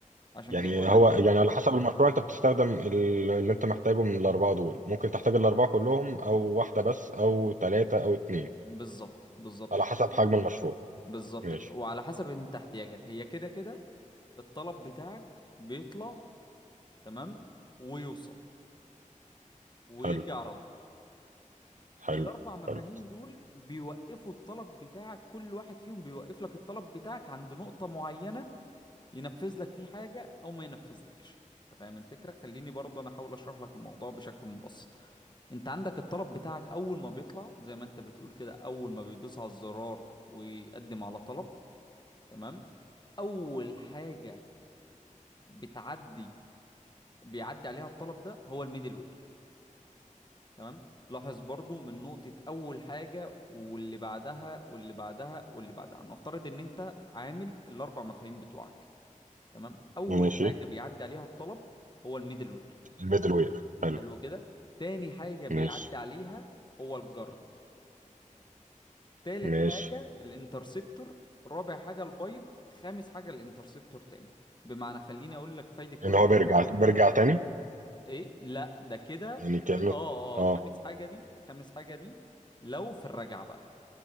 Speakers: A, on the left; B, on the right.
A: عشان
B: يعني
A: كده بقول
B: هو
A: لك
B: يعني على حسب المشروع انت بتستخدم ال- اللي انت محتاجه من الاربعة دول ممكن تحتاج الاربعة كلهم او واحدة بس او تلاتة او اتنين
A: بالظبط بالظبط
B: على
A: كده
B: حسب حجم المشروع
A: بالظبط
B: ماشي
A: كده وعلى حسب انت احتياجك هي كده كده الطلب بتاعك بيطلع تمام ويوصل ويرجع
B: حلو
A: رد
B: حلو
A: الاربع مفاهيم
B: حلو
A: دول بيوقفوا الطلب بتاعك كل واحد فيهم بيوقف لك الطلب بتاعك عند نقطة معينة ينفذ لك فيه حاجة او ما ينفذلكش انت فاهم الفكرة خليني برضه انا احاول اشرح لك الموضوع بشكل مبسط انت عندك الطلب بتاعك اول ما بيطلع زي ما انت بتقول كده اول ما بيدوس على الزرار ويقدم على طلب تمام اول حاجة بتعدي بيعدي عليها الطلب ده هو الميدل وير تمام لاحظ برضو من نقطة أول حاجة واللي بعدها واللي بعدها واللي بعدها نفترض إن أنت عامل الأربع مفاهيم بتوعك تمام أول
B: ماشي
A: حاجة بيعدي عليها الطلب هو الميدل وير
B: الميدل وير حلو
A: حلو كده تاني حاجة بيعدي
B: ماشي
A: عليها هو الجارد تالت
B: ماشي
A: حاجة الانترسبتور رابع حاجة البايب خامس حاجة الانترسبتور تاني بمعنى خليني أقول لك فايدة كل
B: ان هو
A: واحد
B: بيرجع بيرجع تاني
A: إيه لا ده كده
B: يعني كأنه
A: ك- اه
B: اه
A: اه خامس حاجة دي خامس حاجة دي لو في الرجعة بقى